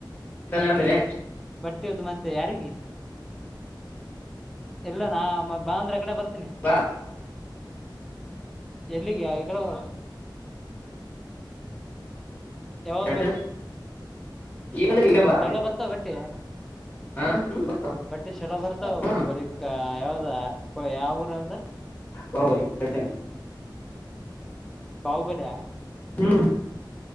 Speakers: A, on the left; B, in the centre.
A: ತರಲೇ ಅಂದಿಲ್ಲ
B: ಬಟ್ಟೆದು ಮತ್ತೆ ಯಾರಿಗೆ ಇಲ್ಲ ನಾ ಬಾಂದ್ರ ಕಡೆ ಬರ್ತೀನಿ
A: ಬಾ
B: ಎಲ್ಲಿಗೆಾವ ಎಡೆ ಬರ ಯಾವಾಗ
A: ಹೇಳ್ತೇನೆ
B: ಬರ್ಲಿ
A: ಈಗಂದ್ರೆ ಈಗ ಬಾ
B: ಚಲೋ ಬರ್ತಾವ ಬಟ್ಟೆ
A: ಹಾ ಹ್ಮ್ ಬರ್ತಾವ
B: ಬಟ್ಟಿ ಚಲೋ ಬರ್ತಾವ
A: ಹ್ಮ್
B: ಕೊಡಕ್ ಯಾವ್ದ ಯಾವ ಊರ ಅದ
A: ಬಾಹುಬಲಿ ಚತನೆ
B: ಬಾಹಬರಯ
A: ಹ್ಮ್